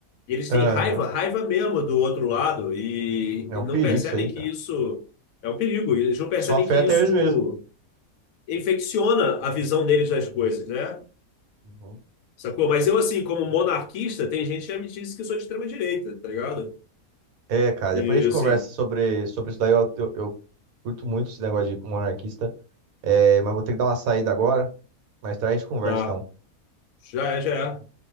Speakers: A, on the left; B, on the right.
A: E eles
B: Aham.
A: têm raiva, raiva mesmo do outro lado e,
B: É
A: e
B: um
A: não
B: perigo
A: percebem
B: isso aí,
A: que
B: cara.
A: isso é um perigo. e Eles não percebem
B: Só afeta
A: que isso
B: eles mesmo.
A: infecciona a visão deles das coisas, né?
B: Uhum.
A: Sacou? Mas eu, assim, como monarquista, tem gente que já me disse que eu sou de extrema direita, tá ligado?
B: É, cara,
A: E
B: depois a gente
A: assim,
B: conversa sobre, sobre isso daí. Eu, eu, eu curto muito esse negócio de monarquista, é, mas vou ter que dar uma saída agora. Mais tarde a gente conversa,
A: tá,
B: então.
A: já é, já é.